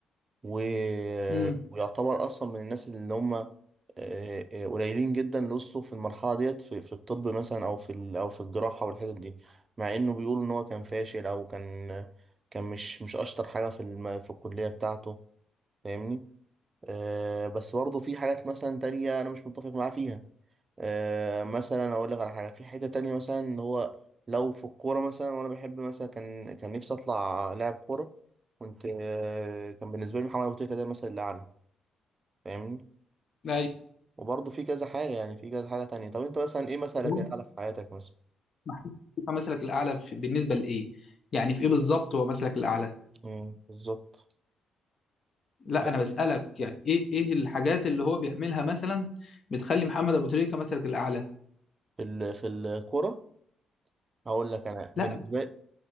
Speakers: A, on the right (about 35°); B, on the left (about 45°).
A: و...
B: امم
A: ويعتبر اصلا من الناس اللي هم آه، آه، قليلين جدا اللي وصلوا في المرحله ديت في, في الطب مثلا او في ال... او في الجراحه والحتت دي مع انه بيقول ان هو كان فاشل او كان كان مش مش اشطر حاجه في الم... في الكليه بتاعته فاهمني آه، بس برضه في حاجات مثلا تانية أنا مش متفق معاه فيها آه، مثلا أقول لك على حاجة في حتة تانية مثلا إن هو لو في الكورة مثلا وأنا بحب مثلا كان كان نفسي أطلع لاعب كورة كنت آه، كان بالنسبة لي محمد أبو تريكة ده مثلا الأعلى فاهمني
B: أيوه
A: وبرضه في كذا حاجة يعني في كذا حاجة تانية طب أنت مثلا إيه مثلك
B: هو
A: الأعلى في حياتك مثلا؟
B: محمود شيكا مثلك الأعلى في بالنسبة لإيه؟ يعني في إيه بالظبط هو مثلك الأعلى؟
A: مم، بالظبط
B: لا
A: في
B: أنا بسألك يعني إيه إيه الحاجات اللي هو بيعملها مثلا بتخلي محمد أبو تريكة مثلك الأعلى؟
A: في ال- في الكورة هقول لك أنا
B: لا
A: بالنسبة